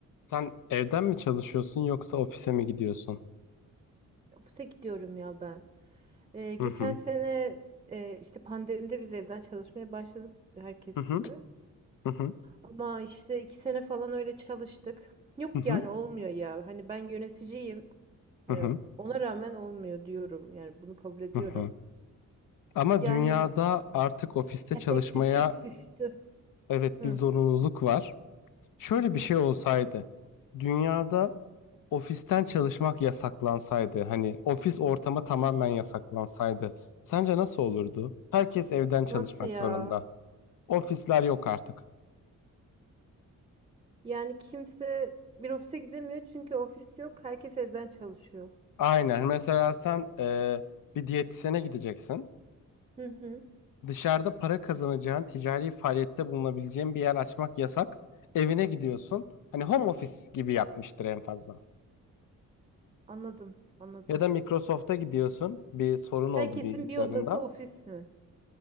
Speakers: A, on the left; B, on the right.
A: Sen evden mi çalışıyorsun yoksa ofise mi gidiyorsun?
B: Ofise gidiyorum ya ben. Ee, geçen
A: Hı hı.
B: sene e, işte pandemide biz evden çalışmaya başladık herkes
A: Hı hı.
B: gibi.
A: Hı hı.
B: Ama işte iki sene falan öyle çalıştık. Yok
A: Hı hı.
B: yani olmuyor ya. Hani ben yöneticiyim. Hani
A: Hı hı.
B: ona rağmen olmuyor diyorum. Yani bunu kabul ediyorum.
A: Hı hı. Ama
B: Yani
A: dünyada artık ofiste
B: efektiflik
A: çalışmaya
B: düştü.
A: evet
B: Hı
A: bir zorunluluk var. Şöyle
B: hı. hı.
A: bir şey olsaydı. Dünyada ofisten çalışmak yasaklansaydı, hani ofis ortamı tamamen yasaklansaydı, sence nasıl olurdu? Herkes evden
B: Nasıl
A: çalışmak
B: ya?
A: zorunda. Ofisler yok artık.
B: Yani kimse bir ofise gidemiyor çünkü ofis yok. Herkes evden çalışıyor.
A: Aynen. Mesela sen eee, bir diyetisyene gideceksin.
B: Hı hı.
A: Dışarıda para kazanacağın, ticari faaliyette bulunabileceğin bir yer açmak yasak. Evine gidiyorsun. Hani home office gibi yapmıştır en fazla.
B: Anladım, anladım.
A: Ya da Microsoft'a gidiyorsun. Bir sorun
B: Herkesin
A: oldu bilgisayarında.
B: bir odası ofis mi?